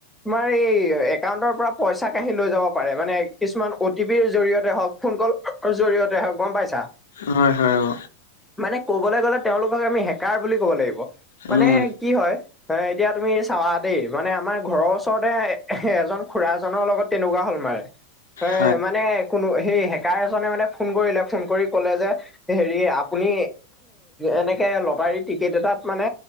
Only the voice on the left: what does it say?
হয়- হয় অ।
উম
হয়